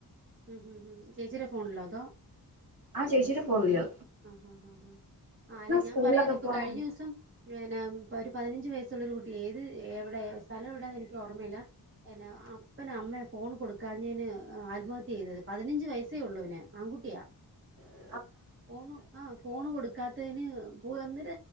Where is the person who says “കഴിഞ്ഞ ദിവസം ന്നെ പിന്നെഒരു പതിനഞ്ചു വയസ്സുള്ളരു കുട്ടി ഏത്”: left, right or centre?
Right